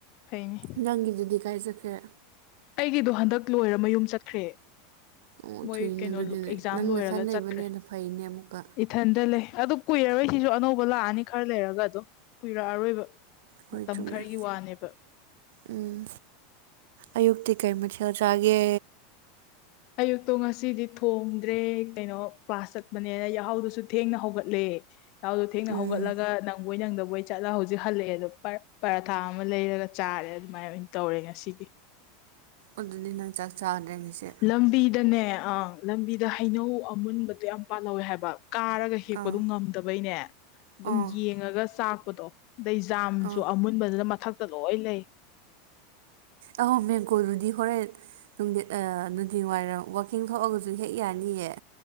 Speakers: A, on the left (about 45°); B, on the right (about 70°).
A: ꯐꯩꯅꯤ
B: ꯅꯪꯒꯤꯗꯨꯗꯤ ꯀꯥꯏꯖꯈ꯭ꯔꯦ
A: ꯑꯩꯒꯤꯗꯣ ꯍꯟꯗꯛ ꯂꯣꯏꯔ ꯃ ꯌꯨꯝ ꯆꯠꯈ꯭ꯔꯦ
B: ꯑꯣ
A: ꯃꯣꯏ
B: ꯊꯨꯏꯅ
A: ꯀꯩꯅꯣ
B: ꯑꯗꯨꯗꯤꯅꯦ
A: ꯑꯦꯛꯖꯥꯝ
B: ꯅꯪ
A: ꯂꯣꯏꯔꯒ
B: ꯅꯊꯟ ꯂꯩꯕꯅꯦꯅ
A: ꯆꯠꯈ꯭ꯔꯦ
B: ꯐꯩꯅꯦ ꯑꯃꯨꯛꯀ
A: ꯏꯊꯟꯗ ꯂꯩ ꯑꯗꯨ ꯀꯨꯏꯔꯔꯣꯏ ꯁꯤꯁꯨ ꯑꯅꯧꯕ ꯂꯥꯛꯑꯅꯤ ꯈꯔ ꯂꯩꯔꯒ ꯑꯗꯨꯝ ꯀꯨꯏꯔꯛꯑꯔꯣꯏꯕ
B: ꯍꯣꯏ
A: ꯃꯇꯝ
B: ꯆꯨꯝꯃꯦ
A: ꯈꯔꯒꯤ ꯋꯥꯅꯦꯕ
B: ꯎꯝ ꯑꯌꯨꯛꯇꯤ ꯀꯩ ꯃꯊꯦꯜ ꯆꯥꯒꯦ
A: ꯑꯌꯨꯛꯇꯣ ꯉꯁꯤꯗꯤ ꯊꯣꯡꯗ꯭ꯔꯦ ꯀꯩꯅꯣ ꯄ꯭ꯂꯥꯁ ꯆꯛꯄꯅꯦꯅ ꯌꯥꯍꯥꯎꯗꯨꯁꯨ ꯊꯦꯡꯅ ꯍꯧꯒꯠꯂꯦ ꯆꯥꯎꯗꯨꯣ ꯊꯦꯡꯅ
B: ꯎꯝ
A: ꯍꯧꯒꯠꯂꯒꯪ ꯅꯪꯕꯣꯏ ꯅꯪꯗꯕꯣꯏ ꯆꯠꯂꯒ ꯍꯧꯖꯤꯛ ꯍꯜꯂꯛꯑꯦ ꯑꯗꯣ ꯄꯔꯥꯊꯥ ꯑꯃ ꯂꯩꯔꯒ ꯆꯥꯔꯦ ꯑꯗꯨꯃꯥꯏꯅ ꯑꯣꯏꯅ ꯇꯧꯔꯦ ꯉꯁꯤꯒꯤ
B: ꯑꯗꯨꯗꯤ ꯅꯪ ꯆꯥꯛ ꯆꯥꯗ꯭ꯔꯦ ꯃꯤꯁꯦ
A: ꯂꯝꯕꯤꯗꯅꯦ ꯑꯥ ꯂꯝꯕꯤꯗ ꯍꯩꯅꯧ ꯑꯃꯨꯟꯕꯗꯣ ꯌꯥꯝ ꯄꯥꯜꯍꯧꯋꯦ ꯍꯥꯏꯕ ꯀꯥꯔꯒ ꯍꯦꯛꯄꯗꯣ
B: ꯑꯥ
A: ꯉꯝꯗꯕꯩꯅꯦ ꯑꯗꯨꯝ
B: ꯑꯥ
A: ꯌꯦꯡꯉꯒ ꯆꯥꯛꯄꯗꯣ ꯑꯗꯩꯖꯥꯝꯁꯨ
B: ꯑꯥ
A: ꯑꯃꯨꯟꯕꯗꯨꯅ ꯃꯊꯛꯇ ꯂꯣꯏ ꯂꯩ
B: ꯑ ꯃꯦꯡꯒꯣꯗꯨꯗꯤ ꯍꯣꯔꯦꯟ ꯅꯨꯡ ꯅꯨꯡꯊꯤꯟ ꯋꯥꯏꯔꯝ ꯋꯥꯛꯀꯤꯡ ꯊꯣꯛꯑꯒꯁꯨ ꯍꯦꯛ ꯌꯥꯅꯤꯌꯦ